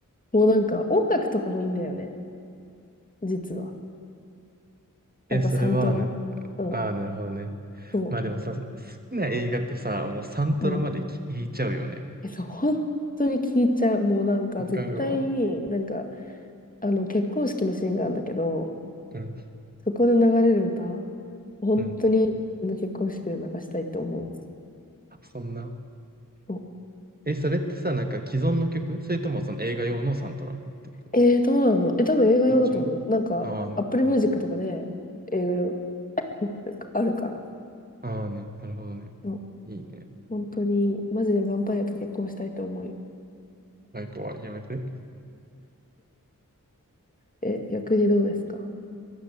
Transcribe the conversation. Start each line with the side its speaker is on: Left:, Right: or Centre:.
Left: もうなんか、音楽とかもいいんだよね、実は。
Right: え、
Left: なんか、
Right: それはね、
Left: サントラ。うん、
Right: ああ、なるほどね。
Left: そ
Right: まあでもさ、好きな映画ってさ、もうサントラまで聞いちゃうよね。
Left: う。うんえっと、そ本当に聞いちゃう。もうなんか絶対に、
Right: わかるわ。
Left: なんか、あの、結婚式のシーンがあるんだけど、
Right: うん。
Left: そこで流れる歌、本当に自分の結婚式で流したいって思う。
Right: うん。あそんな。
Left: そ
Right: え、それってさ、なんか既存の曲それともその映画用のサントラってこと
Left: う。えー、どうなのえ、多分映画用だと思う。
Right: どっちも
Left: なんか、
Right: ああね。
Left: Apple Music とかで映画用、なんかあるから。
Right: ああね。なるほどね。
Left: そう。
Right: いいね。
Left: 本当に、マジでヴァンパイアと結婚したいって思うよ。
Right: ライコはやめて。
Left: え、逆にどうですか